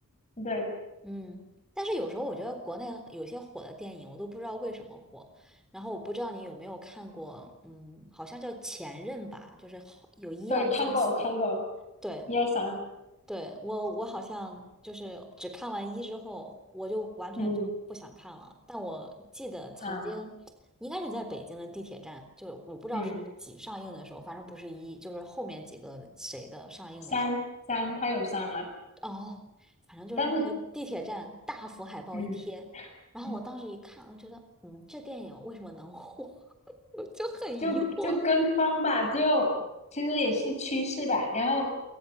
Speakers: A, on the left; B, in the centre.
A: 对
B: 嗯，但是有时候我觉得国内有些火的电影，我都不知道为什么火。然后我不知道你有没有看过，嗯，好像叫《前任》吧，就是好有一二三四。
A: 对，看过看过，
B: 对，
A: 一二三，
B: 对，我，我好像就是只看完一之后，我就完全就不想看了。
A: 嗯
B: 但我记得曾经应该是在北京的地铁站，
A: 啊
B: 就是我不知道是几上映的时候，
A: 嗯，
B: 反正不是一，就是后面几个谁的上映的时
A: 三三，他有三了，
B: 候哦，反正就是那个地铁站大幅海报一贴，
A: 但是嗯
B: 然后我当时一看，
A: 嗯，
B: 我觉得，嗯，这电影为什么能火？<laughs> 我就很疑惑。
A: 就就跟风吧，就其实也是趋势吧。然后